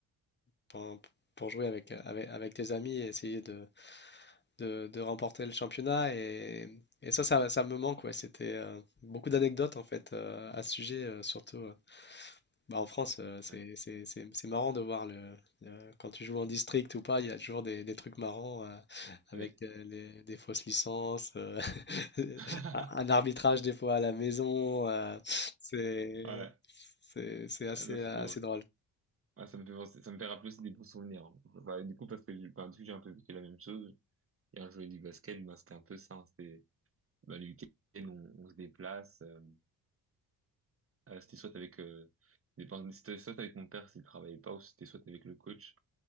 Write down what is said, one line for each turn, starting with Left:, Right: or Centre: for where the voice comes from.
Left: pour, pour jouer avec, avec, avec tes amis et essayer de, de, de remporter le championnat. Et, et ça, ça, ça me manque, ouais. C'était euh, beaucoup d'anecdotes en fait euh, à ce sujet, euh, surtout. euh, bah, en France, euh, c'est
Right: Ouais.
Left: c'est- c'est- c'est marrant de voir le, le- quand tu joues en district ou pas, il y a toujours des, des trucs marrants euh, avec
Right: Oui.
Left: euh, les- des fausses licences, euh, <laughs>
Right: <laughs>
Left: un arbitrage des fois à la maison. euh, c'est
Right: Ouais.
Left: c'est- c'est assez,
Right: Ah non, c'est
Left: assez
Right: drôle.
Left: drôle.
Right: Ah, ça me fait penser- ça me fait rappeler aussi des bons souvenirs. hein. Enfin, du coup, parce que, j'ai- enfin, du coup, j'ai un peu vécu la même chose. Et un jouer du basket, ben, c'était un peu ça. hein. C'était, ben, le week-end, on, on se déplace. euh, euh, c'était soit avec, euh, des- enfin, c'était soit avec mon père s'il travaillait pas, ou c'était soit avec le coach.